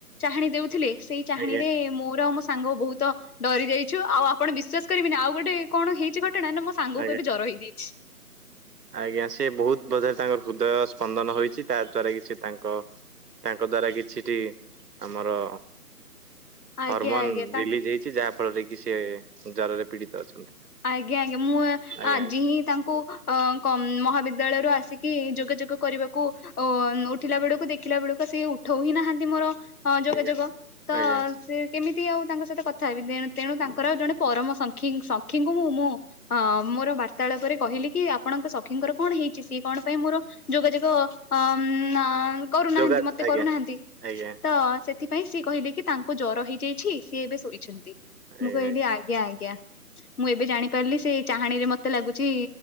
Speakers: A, on the left (about 70°); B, on the right (about 80°).
A: ଚାହାଣୀ ଦେଉଥିଲେ, ସେଇ ଚାହାଁଣୀରେ,
B: ଆଜ୍ଞା
A: ମୋର ଆଉ ମୋ ସାଙ୍ଗ ବହୁତ ଡରି ଯାଇଛୁ। ଆଉ ଆପଣ ବିଶ୍ଵାସ କରିବେନି, ଆଉ ଗୋଟେ କଣ ହେଇଛି ଘଟଣା? ନା, ମୋ ସାଙ୍ଗକୁ
B: ଆଜ୍ଞା।
A: ଏବେ ଜର ହେଇଚି।
B: ଆଜ୍ଞା, ସେ ବହୁତ ବୋଧେ! ତାଙ୍କର ହୃଦୟ ସ୍ପନ୍ଦନ ହୋଇଛି, ତା ଦ୍ଵାରା କି ସେ ତାଙ୍କ ତାଙ୍କ ଦ୍ୱାରା କିଛିଟି, ଆମରଁ
A: ଆଜ୍ଞା
B: ହରମୋନ୍
A: ଆଜ୍ଞା ତା
B: ରିଲିଜ୍ ହେଇଛି, ଯାହା ଫଳରେ କି ସିଏ ଜରରେ ପୀଡ଼ିତ ଅଛନ୍ତି।
A: ଆଜ୍ଞା, ଆଜ୍ଞା, ମୁଁ
B: ଆଜ୍ଞା
A: ଆଜି ହିଁ ତାଙ୍କୁ ଅ କଂମ୍ ମହାବିଦ୍ୟାଳୟରୁ ଆସିକି, ଯୋଗାଯୋଗ କରିବାକୁ ଓ ଉଠିଲା ବେଳକୁ, ଦେଖିଲା ବେଳକୁ, ସେଇ ଉଠଉ ହିଁ ନାହାଁନ୍ତି ମୋର ହଁ, ଯୋଗାଯୋଗ।
B: ଆଜ୍ଞା
A: ତଁ
B: ଆଜ୍ଞା
A: ସେ କେମିତି ଆଉ ତାଙ୍କ ସହିତ କଥା ହେବି? ତେଣୁ, ତେଣୁ ତାଙ୍କର ଜଣେ ପରମ ସଖୀଂ ସଖୀଙ୍କୁ ମୁଁ, ମୁଁ ହଁ, ମୋର ବାର୍ତ୍ତାଳାପ ରେ କହିଲି କି ଆପଣଙ୍କ ସଖୀଙ୍କର କଣ ହେଇଛି? ସିଏ କଣ ପାଇଁ ମୋର ଯୋଗାଯୋଗ ଅମ୍ ନା କରୁନାହାଁନ୍ତି
B: ଯୋଗା
A: ମତେ
B: ଆଜ୍ଞା
A: କରୁନାହାଁନ୍ତି।
B: ଆଜ୍ଞା।
A: ତ ସେ ସେଥିପାଇଁ ସିଏ କହିଲେ କି, ତାଙ୍କ ଜ୍ୱର ହେଇଯାଇଛି, ସିଏ ଏବେ ଶୋଇଛନ୍ତି।
B: ଆଜ୍ଞା
A: ମୁଁ କହିଲି ଆଜ୍ଞା ଆଜ୍ଞା। ମୁଁ, ଏବେ ଜାଣିପାରିଲି, ସେ ଚାହାଁଣୀରେ ମତେ ଲାଗୁଛି,